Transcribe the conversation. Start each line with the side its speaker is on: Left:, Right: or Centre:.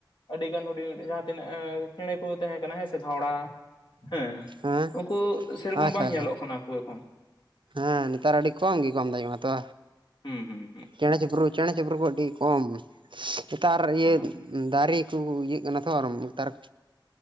Left: ᱟᱹᱰᱤ ᱜᱟᱱ ᱦᱩᱰᱤᱧ-ᱦᱤᱰᱤᱧ ᱡᱟᱦᱟᱸ ᱛᱤᱱᱟᱹᱜ ᱪᱮᱬᱮ ᱠᱚ ᱛᱟᱦᱮᱸ ᱠᱟᱱᱟ ᱦᱮᱸ ᱥᱮ ᱜᱷᱟᱣᱲᱟ ᱦᱮᱸ
Right: ᱦᱮᱸ
Left: ᱩᱱᱠᱩ ᱥᱮ ᱨᱚᱠᱚᱢ
Right: ᱟᱪᱪᱷᱟ
Left: ᱵᱟᱝ
Right: ᱟᱪᱪᱷᱟ
Left: ᱧᱮᱞᱚᱜ ᱠᱟᱱᱟ ᱠᱚ ᱮᱠᱷᱚᱱ ᱾
Right: ᱦᱮᱸ ᱱᱮᱛᱟᱨ ᱟᱹᱰᱤ ᱠᱚᱢ ᱜᱮ ᱠᱚᱢ <unintelligible> ᱛᱚ
Left: ᱦᱩᱸ ᱦᱩᱸ ᱦᱩᱸ ᱾
Right: ᱪᱮᱬᱮ ᱪᱤᱯᱨᱩ ᱪᱮᱬᱮ ᱪᱤᱯᱨᱩ ᱠᱚ ᱟᱹᱰᱤ ᱠᱚᱢ, ᱱᱮᱛᱟᱨ ᱤᱭᱟᱹ
Left: ᱦᱩᱸ
Right: ᱫᱟᱨᱮ ᱠᱚ ᱤᱭᱟᱹᱜ ᱠᱟᱱᱟ ᱛᱷᱚ ᱟᱨ ᱱᱮᱛᱟᱨ